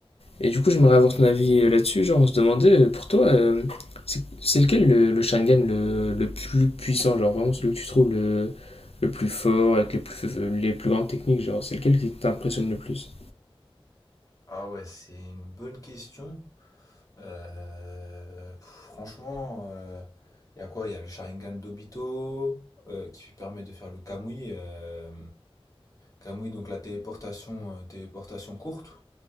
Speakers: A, on the left; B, on the left.
A: Et du coup, j'aimerais avoir ton avis euh, là-dessus. Genre, on se demandait, euh, pour toi, euh, c'est c'est lequel le, le Sharingan le, le plus puissant? Genre, vraiment, celui que tu trouves le, le plus fort, avec les plus, les plus grandes techniques, genre, c'est lequel qui t'impressionne le plus?
B: Ah ouais, c'est une bonne question. Euh, pff, franchement, il y a quoi? Il y a le Sharingan d'Obito euh, qui permet de faire le Kamui. euh, Kamui, donc la téléportation, euh, téléportation courte.